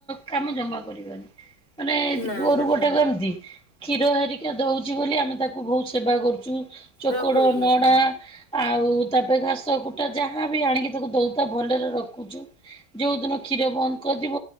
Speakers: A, in the centre; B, on the left (about 50°).
A: କାମ ଜମା ମାନେ
B: ନା
A: ପୁଅର
B: ନା
A: ଗୋଟେ ଗଲତି କ୍ଷୀର ହେରିକା ଦଉଚି ବୋଲି ଆମେ ତାକୁ ବହୁତ ସେବା କରୁଚୁ ଚୋକଡ,
B: ରଖୁଛି
A: ନଡା
B: ଆ
A: ଆଉ ତା ପାଇଁ ଘାସ, କୁଟା ଯାହା ବି ଆଣିକି ତାକୁ ଦଉ ତା ଭଲରେ ରଖୁଛୁ। ଯୋଉ ଦିନ କ୍ଷୀର ବନ୍ଦ କରିବ